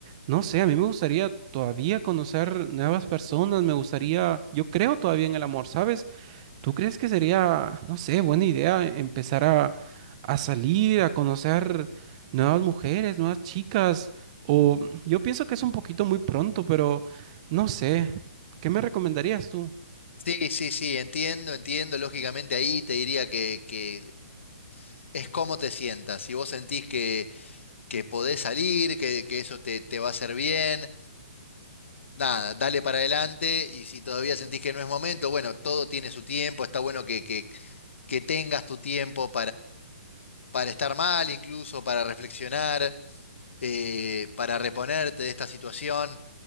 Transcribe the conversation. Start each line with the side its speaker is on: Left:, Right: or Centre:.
Right: no sé, a mí me gustaría todavía conocer nuevas personas, me gustaría, yo creo todavía en el amor, ¿sabes? ¿Tú crees que sería, no sé, buena idea empezar a, a salir, a conocer nuevas mujeres, nuevas chicas? O yo pienso que es un poquito muy pronto, pero no sé. ¿Qué me recomendarías tú?
Left: Sí, sí, sí, entiendo, entiendo. Lógicamente ahí te diría que, que es cómo te sientas. Si vos sentís que, que podés salir, que, que eso te, te va a hacer bien, nada, dale para adelante. Y si todavía sentís que no es momento, bueno, todo tiene su tiempo. Está bueno que, que, que tengas tu tiempo para estar mal incluso, para reflexionar, eh, para reponerte de esta situación.